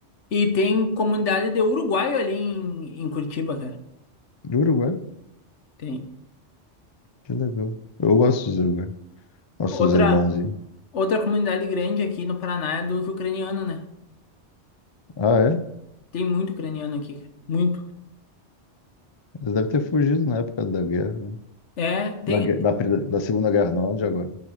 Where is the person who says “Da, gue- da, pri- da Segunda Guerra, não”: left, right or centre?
Left